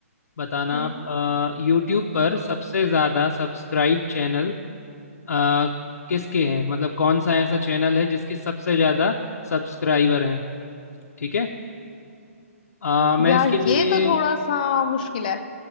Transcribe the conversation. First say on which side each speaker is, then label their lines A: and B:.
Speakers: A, on the left; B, on the left.
A: बताना
B: हम्म
A: आप यूट्यूब पर सबसे ज़्यादा सब्सक्राइब चैनल आ, किसके हैं मतलब कौन सा ऐसा चैनल है जिसके सबसे ज़्यादा सब्सक्राइबर हैं ठीक है अ, मैं
B: यार
A: इसके लिए
B: ये तो थोड़ा सा मुश्किल है